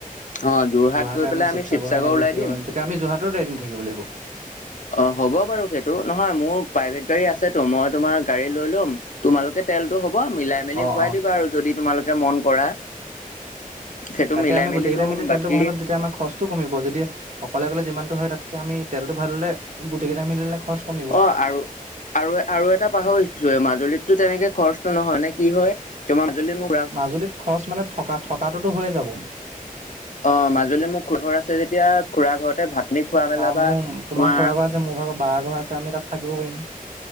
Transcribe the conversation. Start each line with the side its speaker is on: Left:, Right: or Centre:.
Left: অ', যোৰহাট
Right: যোৰহাটে
Left: গৈ পেলাই
Right: আমি শিৱসাগৰ হৈ এনেকে
Left: ওলাই
Right: গুচি
Left: দিম
Right: যাব পাইম, তেতিয়া আমি যোৰহাটটো এদিন থাকিব লাগিব।
Left: অঁ' হ'ব বাৰু সেইটো, নহয় মোৰ- প্ৰাইভেট গাড়ী আছেটো, মই তোমাৰ গাড়ী লৈ লম তোমালোকে তেলটো হ'ব মিলাই- মিলি
Right: অঁ
Left: ভৰাই
Right: অঁ
Left: দিবা আৰু যদি তোমালোকে মন কৰা। সেইটো
Right: তাকে
Left: মিলাই
Right: আমি
Left: মেলি
Right: গোটেই গেইটা
Left: লম
Right: মিলি তেলটো
Left: বাকী
Right: ভয়াই ল'ম, তেতিয়া আমাৰ খৰচটো কমিব যেতিয়া- অকলে গলে যিমানটো হয় তাতকে আমি তেলটো ভাৱাই ললে গোটেই গেইটা মিলে খৰচ- কমিব
Left: অঁ আৰু আৰু আৰু এটা পাহৰিছোৱে মাজুলীততো তেনেকে খৰচটো নহয় নে কি হয়? তুমা যদি মোক-
Right: মাজুলীত খৰচ মানে থকা থকাটোতো হৈয়ে যাব।
Left: অঁ' মাজুলী মোৰ খুৰা ঘৰ আছে যেতিয়া খুৰা ঘৰতে ভাত পানি খোৱা মেলা
Right: অঁ
Left: বা
Right: মোৰ
Left: তোমাৰ-
Right: খুৰা ঘৰ মোৰ ভাগৰ বা ঘৰ আছে আমি তাত থাকিব পাৰিম।